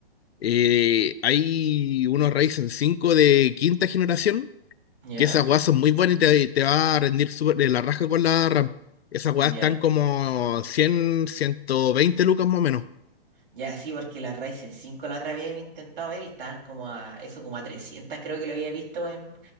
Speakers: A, on the left; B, on the right.
A: eh, hay unos Ryzen 5 de quinta generación
B: Ya,
A: que esas weas son muy buenas y te, te va a rendir súper de la raja con la RAM. Esas weas
B: ya,
A: están como cien ciento veinte lucas más o menos.
B: ya, sí, porque la Ryzen cinco la otra vez había intentado ver y estaban como a eso, como a 300, creo que lo había visto en, no